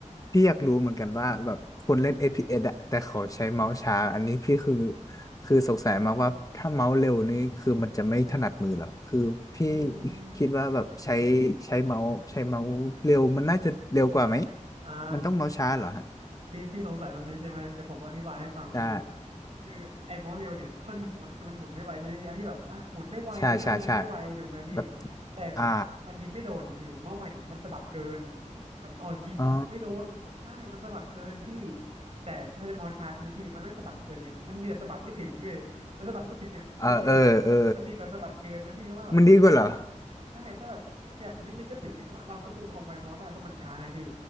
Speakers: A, on the left; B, on the right.
A: พี่อยากรู้เหมือนกันว่าแบบคนเล่น FPS อฟพีเอสอะแต่เขาใช้เมาส์ช้าอันนี้พี่คือคือสงสัยมากว่าถ้าเมาส์เร็วนี่คือมันจะไม่ถนัดมือเหรอคือพี่
B: อืม
A: คิดว่าแบบใช้ใช้เมาส์ใช้เมาส์เร็วมันน่าจะเร็วกว่าไหม
B: อ่า
A: มันต้องเมาส์ช้าเหรอฮะ
B: พี่พี่สงสัยตรงนี้ใช่ไหมเดี๋ยวผมอธิบายให้ฟังพี่
A: ใช่
B: คือไอ้เมาส์เร็วเนี่ยข้อดีของมันคือมันหมุนได้ไวใช่ไหมพี่ไอ้พี่แบบอ่ะหมุนได้ไวก็เลยยิงได้ไวถูกไหมพี่
A: ใช่ใช่ใช่แบบ
B: แต่แบบมันยิงไม่โดนไงพี่เมาส์ใหม่เนี่ยมันสะบัดเกิน
A: อ่า
B: แบบเอายิงเอาไม่โดนใช่มันสะบัดเกินพี่
A: อ๋อ
B: แต่พัฒนาเมาส์ช้าใช่ไหมพี่มันไม่สะบัดเกินไงมันมีแต่สะบัดไม่ถึงเลยแต่สะบัดไม่ถึงเนี่ยมันดีกว่ามันมันดีกว่าสะบัดเกินนะพี่เพราะว่าแบบมันแค่
A: เออเออเออมันดีกว่าเหรอ
B: ใช่ถ้าแบบขยับอีกนิดนึงก็ถึงไงเพราะว่าเราควบคุมความไวเมาส์ได้เพราะมันช้าไงพี่